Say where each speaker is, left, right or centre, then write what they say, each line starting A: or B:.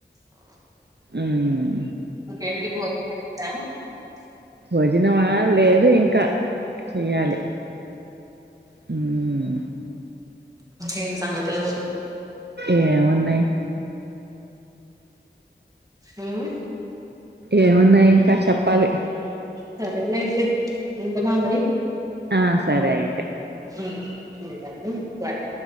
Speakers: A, on the right (about 65°); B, on the right (about 20°).
A: ఉమ్
B: ఏంటీ భోజనం అయ్యిందా
A: భోజనమా లేదు ఇంకా చెయ్యాలి. హ్మ్
B: ఏంటి సంగతులు
A: ఏం ఉన్నాయి.
B: హ్మ్
A: ఏమున్నాయి. ఇంకా చెప్పాలి
B: సరేలే ఐతే ఉండనా మరి
A: ఆ సరే అయితే
B: ఉమ్, ఉంటాను బాయ్